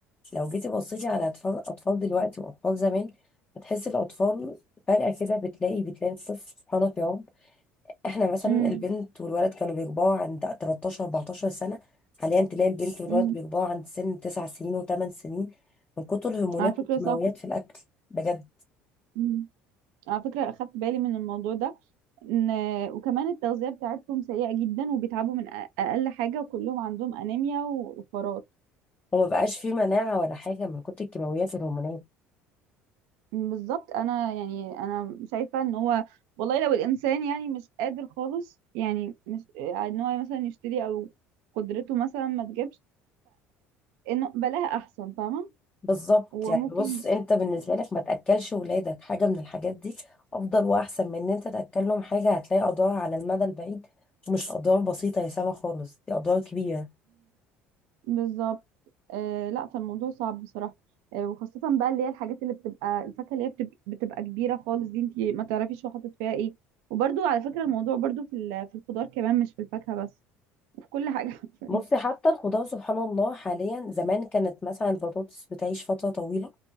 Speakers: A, on the left (about 20°); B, on the right (about 65°).
A: لو جيتي بصيتي على اطفال اطفال دلوقتي واطفال زمان هتحسي الاطفال فجاه كده بتلاقي بتلاقي الطفل سبحانه في يوم احنا مثلا
B: امم
A: البنت والولد كانوا بيكبروا عند 13 14 سنه حاليا تلاقي البنت والولد
B: امم
A: بيكبروا عند سن 9 سنين و8 سنين من كتر الهرمونات
B: على فكره
A: والكيماويات
B: صح
A: في الاكل بجد
B: امم على فكره اخدت بالي من الموضوع ده إن- وكمان التغذية بتاعتهم سيئة جدا وبيتعبوا من أ- أقل حاجة وكلهم عندهم أنيميا و- وفرات
A: وما بقاش فيه مناعة ولا حاجة من كتر الكيماويات والهرمونات
B: بالظبط أنا يعني أنا شايفة إن هو والله لو الإنسان يعني مش قادر خالص يعني مش آه، إن هو مثلا يشتري أو قدرته مثلا ما تجيبش فإنه بلاها أحسن فاهمة
A: بالظبط
B: وممكن
A: يعني بص انت بالنسبة لك ما تأكلش ولادك حاجة من الحاجات دي افضل واحسن من ان انت تأكلهم حاجة هتلاقي اضرار على المدى البعيد ومش اضرار بسيطة يا سما خالص دي اضرار كبيرة
B: بالظبط آه لا فالموضوع صعب بصراحة آه وخاصة بقى اللي هي الحاجات اللي بتبقى الفاكهة اللي هي بتبقى, بتبقى كبيرة خالص دي انتي ما تعرفيش هو حاطط فيها ايه وبرضو على فكرة الموضوع برضو في ال- في الخضار كمان مش في الفاكهة بس وفي كل حاجة حرفيا
A: بصي حتى الخضار سبحان الله حاليا زمان كانت مثلا البطاطس بتعيش فترة طويلة